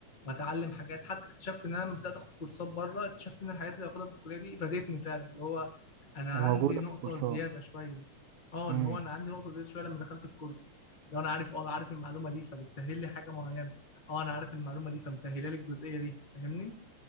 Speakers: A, on the left; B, on the right.
A: واتعلم حاجات حتى اكتشفت ان انا لما بدات اخد كورسات بره اكتشفت ان الحاجات اللي باخدها في الكليه دي فادتني فعلا اللي هو انا
B: وموجودة
A: عندي نقطه
B: في الكورسات
A: زياده شويه اه
B: امم
A: اللي هو انا عندي نقطه زياده شويه لما دخلت الكورس لو انا عارف اه انا عارف المعلومه دي فبتسهل لي حاجه معينه اه انا عارف المعلومه دي فمسهله لي الجزئيه دي فاهمني